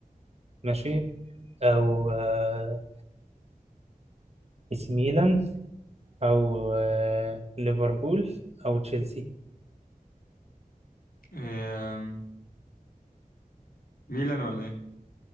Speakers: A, on the right (about 45°); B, on the left (about 80°).
A: ماشي أو آه إيسي ميلان أو آه ليفربول أو تشيلسي
B: إيه... ميلان ولا ايه